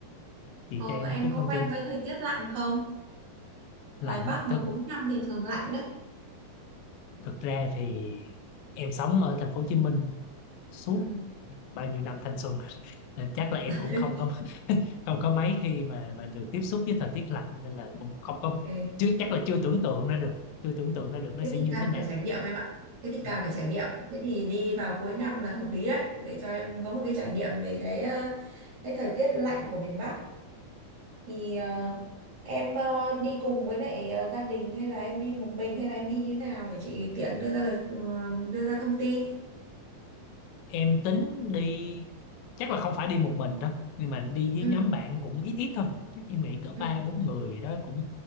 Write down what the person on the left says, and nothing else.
Chị
cho em
chút
thông
tin
lạnh.
á.
Thực
thực ra thì em sống ở thành phố Hồ Chí Minh suốt
bao nhiêu năm thanh xuân <laughs> nên chắc là em
cũng không có không có mấy khi mà mà được tiếp xúc với thời tiết lạnh nên là cũng không có
chứ chắc là chưa tưởng tượng ra được chưa tưởng tượng ra được nó
sẽ
như
thế nào
Dạ.
em tính đi chắc là không phải đi một mình đâu nhưng mà đi với
nhóm bạn cũng ít ít thôi chắc em nghĩ cỡ
ba bốn người gì đó cũng